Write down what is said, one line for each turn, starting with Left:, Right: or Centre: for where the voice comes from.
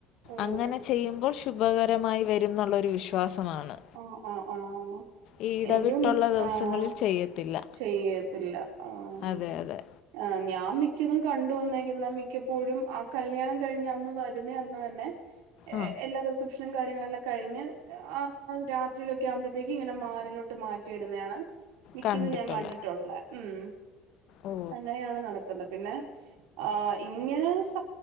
Right: ഓ
Left: അങ്ങനെ ചെയ്യുമ്പോൾ ശുഭകരമായി വെരുംന്നൊള്ളൊരു വിശ്വാസമാണ്.
Right: ആഹ് ആഹ് ആഹ്
Left: ഈ ഇടവിട്ടുള്ള
Right: ഇതും
Left: ദിവസങ്ങളിൽ
Right: ആഹ്
Left: ചെയ്യത്തില്ല
Right: ചെയ്യെത്ത് ഇല്ല ആഹ്
Left: അതെ അതെ
Right: ആഹ് ഞാം മിക്കതും കണ്ട് വന്നേക്കുന്നെ മിക്കപ്പോഴും ആഹ് കല്യാണം കഴിഞ്ഞ അന്ന് ത രുന്നെ അന്നുതന്നെ ഏഹ്
Left: ആ
Right: എല്ലാ റിസപ്ഷെനും കാര്യങ്ങളെല്ലാം കഴിഞ്ഞ് ഏഹ് ആഹ് ആഹ് രാത്രിയിലൊക്കെ ആവുമ്പഴ്ത്തേക്ക് ഇങ്ങനെ മാലയിലോട്ട് മാറ്റിയിടുന്നെയാണ്. മിക്കതും
Left: കണ്ടിട്ടുള്ള
Right: ഞാൻ കണ്ടിട്ട് ഉള്ളെ ഉം
Left: ഓ
Right: അങ്ങനെയാണ് നടക്കുന്നത് പിന്നെ, ആഹ് ഇങ്ങനെ സ